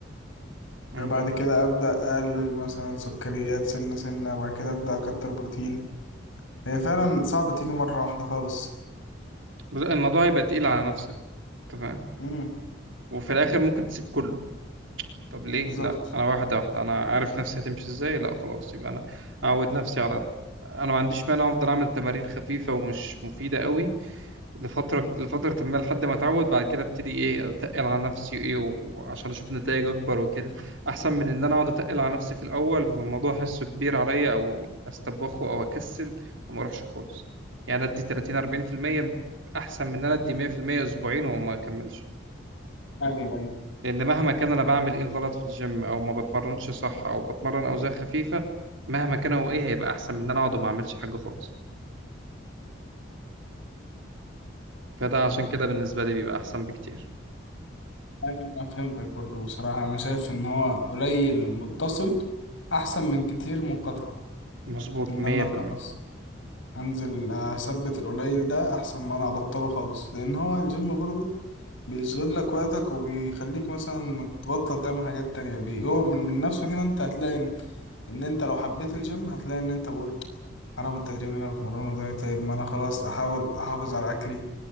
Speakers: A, on the right (about 80°); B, on the left (about 80°).
A: مهم.
B: بعد كده أبدأ أقلل مثلا سكريات سنة سنة بعد كده أبدأ أكتر بروتين هي فعلا صعب تيجي مرة واحدة خالص
A: بس الموضوع هيبقى تقيل على نفسك أنت فاهم
B: امم
A: وفي الآخر ممكن تسيب كله طب ليه
B: بالظبط
A: لا أنا واحدة واحدة أنا عارف نفسي هتمشي إزاي لا خلاص يبقى أنا أعود نفسي على أنا ما عنديش مانع أفضل أعمل تمارين خفيفة ومش مفيدة قوي لفترة لفترة ما لحد ما اتعود بعد كده ابتدي ايه اتقل على نفسي ايه وعشان اشوف نتائج اكبر وكده احسن من ان انا اقعد اتقل على نفسي في الاول فالموضوع احسه كبير عليا او استبخه او اكسل وما اروحش خالص يعني ادي 30 40% احسن من ان انا ادي 100% اسبوعين وما اكملش
B: أيوه أيوه
A: لان مهما كان انا بعمل ايه غلط في الجيم او ما بتمرنش صح او بتمرن اوزان خفيفة مهما كان هو ايه هيبقى احسن من ان انا اقعد وما اعملش حاجة خالص فده عشان كده بالنسبة لي بيبقى احسن بكتير
B: أيوه أنا فهمتك برضو بصراحة أنا شايف إن هو قليل متصل أحسن من كتير منقطع
A: مظبوط
B: إن
A: 100%
B: أنا أقطع انزل آه، اثبت القليل ده احسن ما انا ابطله خالص لان هو الجيم برضه بيشغل لك وقتك وبيخليك مثلا ما تبطل تعمل حاجات تانية بيقوم من من نفسه كده انت هتلاقي ان ان انت لو حبيت الجيم هتلاقي ان انت بقول حرام التدريب اللي انا بتمرنه ده طيب ما انا خلاص احاول احافظ على اكلي